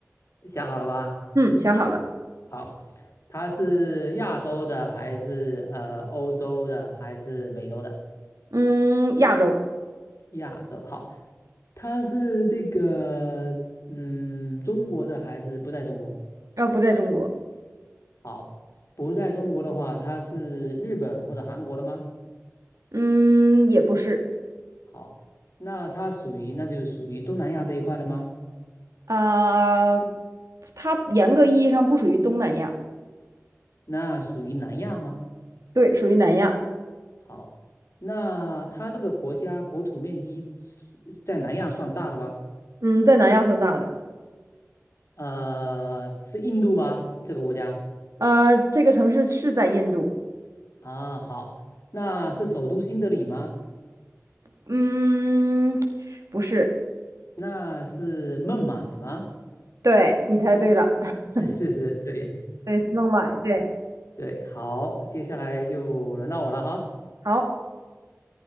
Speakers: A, on the left; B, on the right.
A: 想好了吧？
B: 嗯，想好了。
A: 好，它是亚洲的还是呃欧洲的还是美洲的？
B: 嗯，亚洲，
A: 亚洲，好，它是这个，嗯，中国的还是不在中国？
B: 呃，不在中国，
A: 好，不在中国的话，它是日本或者韩国的吗？
B: 嗯，也不是，
A: 好，那它属于，那就是属于东南亚这一块的吗？
B: 啊、它严格意义上不属于东南亚，
A: 那属于南亚吗？
B: 对，属于南亚，
A: 好，那他这个国家国土面积在南亚算大的吧？
B: 嗯，在南亚算大的，
A: 呃，是印度吧？这个国家
B: 呃，这个城市是在印度，
A: 啊，好，那是首都新德里吗？
B: 嗯，不是，
A: 那是孟买吗？
B: 对，你猜对了，<laughs>
A: 是是是，对
B: 对，是孟买，对，
A: <laughs> 对，好，接下来就轮到我了哈，
B: 好，